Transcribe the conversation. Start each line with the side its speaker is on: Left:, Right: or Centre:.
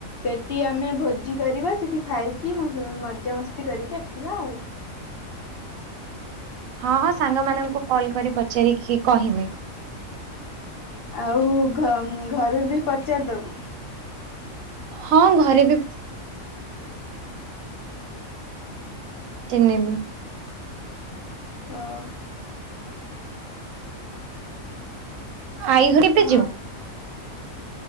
Left: ସେଠି ଆମେ ଭୋଜି କରିବା ସେଠି ଖାଇକି ମଜାମସ୍ତି କରିକି ଆସିବା ଆଉ।
Right: ହଁ, ହଁ ସାଙ୍ଗ ମାନଙ୍କୁ କଲ କରି ପଚାରିକି କହମି।
Left: ଆଉ ଘ, ଘରେ ବି ପଚାରି ଦବୁ।
Right: ହଁ ଘରେ ବି ଟି, ନେବି।
Left: ହଉ।
Right: ଆଇ ଘରେ ବି
Left: ଅ
Right: ଯିବୁ?